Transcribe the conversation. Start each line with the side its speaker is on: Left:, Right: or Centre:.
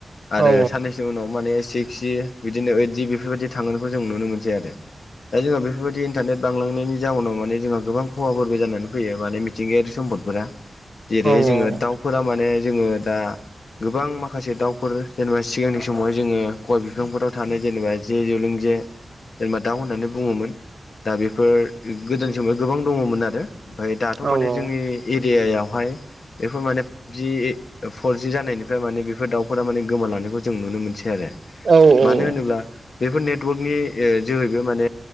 Left: आरो
Right: औ
Left: साननैसोनि उनाव माने एसे सिक्स जि बिदिनो ओइद जि बेफोरबायदि थांगोनखौ जों नुनो मोनसै आरो दा जोंहा बेफोरबायदि नेट बांलांनायनि जााहोनाव माने जोंहा गोबां खहाफोरबो जानानै फैयो माने मिथिंगायारि सम्दफोरा जेरैहाय
Right: औ
Left: जोङो
Right: औ
Left: दाउफोरा माने जोङो दा गोबां माखासे दाउफोर जेनेबा सिगांनि समावहाय जोङो गय बिफांफोराव थानाय जेनेबा जे जौलों जे जे जेनेबा दाउ होननानै बुङोमोन दा बेफोर गोदोनि समाव गोबां दङमोन आरो ओमफफ्राय दाथ' माने
Right: औ औ
Left: जोंनि ए ए आइ यावहाय बेफोर माने फाइभजि फरजि जानायनिफ्राय माने बेफोर दाउफोरा माने गोमाल लांनायखौ जों नुनो मोनसै आरो
Right: औ
Left: मानो
Right: औ
Left: होनोब्ला बेफोर नेटवर्कनि ओ जोहैबो माने